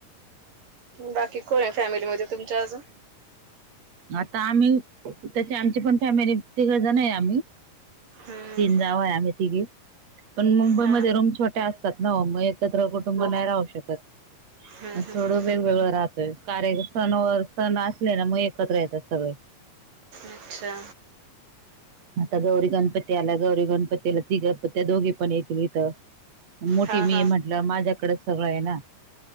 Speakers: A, on the right; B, on the right.
A: बाकी कोण आहे फॅमिलीमध्ये तुमच्या अजून
B: आता आम्ही तसे आमची पण फॅमिली तिघ जणं आहे आम्ही
A: हम्म
B: तीन जावा आहे आम्ही तिघी पण मुंबई
A: हा.
B: मध्ये रूम छोट्या अस तात ना ओ मग एकत्र कुटुंब
A: हो
B: नाही राहू शकत
A: हम्म
B: मग
A: हम्म
B: थोडं वेगवेगळं राहतोय कार्य सनवर सण असले ना मग एकत्र येतात सगळे
A: अच्छा
B: आता गौरी गणपती आला गौरी गणपतीला तीघ त्या दोघी पण येतील इथं मोठी
A: हा
B: मी
A: हा
B: म्हंटल्यावर माझ्याकडेच सगळं आहे ना